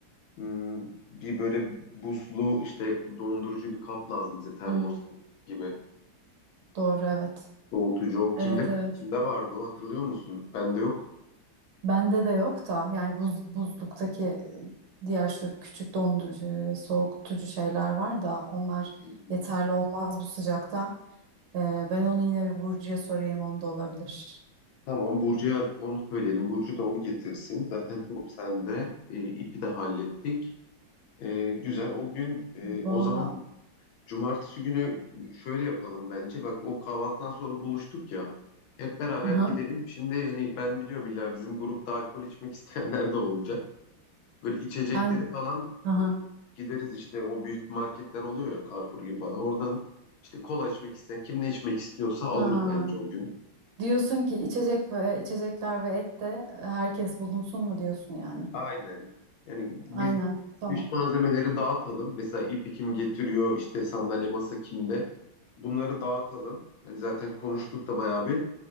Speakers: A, on the left; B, on the right.
A: Hmm, bir böyle buzlu işte dondurucu bir kap lazım bize termos
B: Hmm,
A: gibi.
B: doğru evet.
A: Soğutucu o kimde
B: Evet evet.
A: kimde vardı o hatırlıyor musun? Bende yok.
B: Bende de yok da yani buz, buzluktaki e, diğer şu küçük dondurucu, e, soğutucu şeyler var da onlar
A: Hmm.
B: yeterli olmaz bu sıcakta. E, ben onu yine bir Burcu'ya sorayım onda olabilir.
A: Tamam Burcu'ya onu söyleyelim. Burcu da onu getirsin. Zaten top sende. E, ipi de hallettik. E, güzel. O gün e,
B: Valla
A: o zaman cumartesi günü şöyle yapalım bence. Bak o kahvaltıdan sonra buluştuk ya. Hep beraber
B: hı hı.
A: gidelim. Şimdi hani ben biliyorum illa bizim grupta alkol içmek <laughs> isteyenler de olacak. Böyle içecekleri
B: Ben
A: falan
B: hı hı.
A: e, gideriz işte o büyük marketler oluyor ya Carrefour gibi falan. Oradan işte kola içmek isteyen kim ne içmek istiyorsa
B: Ha.
A: alır bence o gün.
B: Diyorsun ki içecek ve içecekler ve et de herkes bulunsun mu diyorsun yani.
A: Aynen. Yani biz
B: Aynen tamam
A: iş malzemeleri dağıtalım. Mesela ipi kim getiriyor işte sandalye masa kimde. Bunları dağıtalım. Hani zaten konuştuk da bayağı bir.